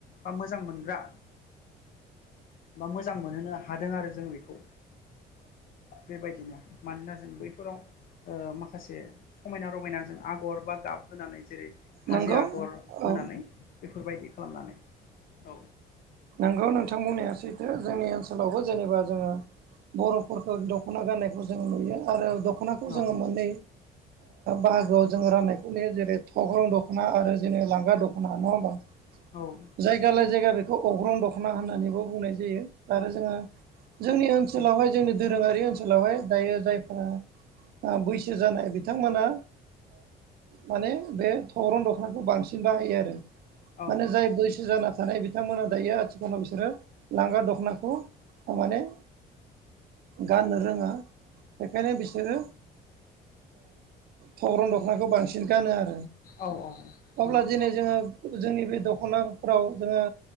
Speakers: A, on the left (about 55°); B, on the right (about 65°).
A: बा मोजां मोनग्रा बा मोजां मोनहोनो हादों आरो जों बेखौ। बेबायदिनो मानोना जों बैफोराव माखासे समायना रमायनाजों आगर बा गाब होनानै जेरै हाजो
B: नंगौ
A: आगर होनानै
B: औ
A: बेफोरबायदि खालामनानै औ।
B: नोंगौ नोंथां बुंनाया सैथो जोंनि ओनसोलावबो जेनेबा जोंङो बर'फोरखौ दख'ना गाननायखौ जों नुयो आरो दख'नाखौ
A: औ
B: जोंङो मोननै बाहागोआव जोंङो राननायखौ ने जेरै थग्रं दख'ना आरो जेने लांगा दख'ना नंङा होमबा?
A: औ।
B: जायगालाय जायगा बेखौ अग्रं दख'ना होननानैबो बुंनाय जायो आरो जोंङो जोंनि ओनसोलावहाय
A: नंगौ
B: जोंनि दोरोंङारि ओनसोलावहाय दायो जायफोरा बैसो जानाय बिथांमोना माने बे थौरन दख'नाखौ बांसिन बाहायो आरो
A: औ
B: माने जाय बैसो जाना थानाय बिथांमोना दायो आथिखालाव बिसोरो लांगा दख'नाखौ माने गाननो रोंङा बेखायनो बिसोरो थग्रन दखनाखौ बांसिन गानो आरो।
A: औ नंगौ
B: अब्ला दिनै जोंङो जोंनि बे दख'नाफ्राव जोंङो